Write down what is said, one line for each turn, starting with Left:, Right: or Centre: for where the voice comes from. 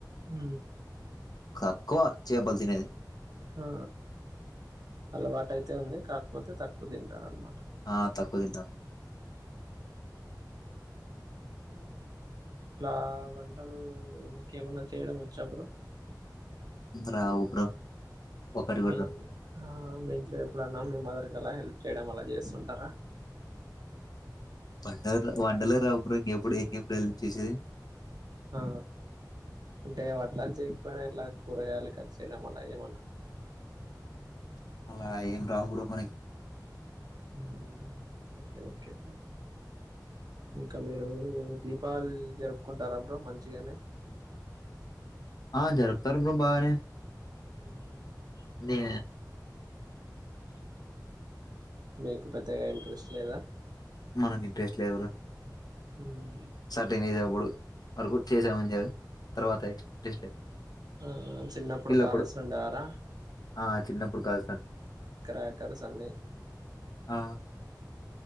Right: హ
Left: తక్కువ చేపల తినేది
Right: ఆ అలవాటు అయితే ఉంది కాకపోతే తక్కువ తింటారన్నమాట
Left: ఆ తక్కువ తింటాం
Right: అ ఇలా వంటలు మీకు ఏమన్నా చేయడం వచ్చా బ్రో
Left: రావు బ్రో ఒకటి కూడా
Right: మీ
Left: రావు
Right: ఆ మీ ఇంట్లో ఎప్పుడున్నామ మీ మదర్ కి అలా హెల్ప్ చేయడం అలా చేస్తుంటారా
Left: వండ వంటలే రావ బ్రో ఇంకెప్పుడు ఎం ప్రయ చేసేది
Right: ఆ అంటే వట్లాలు చేయకపోయినా ఇట్లా కూరగాయలు కట్ చేయడం వల్ల ఏమన్నా
Left: అలా ఏం రావు బ్రో మనకి
Right: ఉమ్ ఒకే ఒకే బ్రో ఇంకా మీరు దీపాళి జరుపుకుంటారా బ్రో మంచిగానే
Left: ఆ జరుపుతారు బ్రో బాగానే
Right: హ
Left: నే
Right: మీకు పెద్దగా ఇంట్రెస్ట్ లేదా
Left: మనకు ఇంట్రెస్ట్ లేదు బ్రో
Right: ఉమ్
Left: సర్టిన్ ఏజ్ ఎప్పుడూ వరకు చేసామనిరు తర్వాత ఇంట్రెస్ట్ లేదు
Right: ఆ చిన్నప్పుడు
Left: పిల్లప్పుడు
Right: కాలుస్తుండే వార
Left: ఆ చిన్నప్పుడు కాస్త
Right: క్రేకెర్స్ అన్ని
Left: ఆ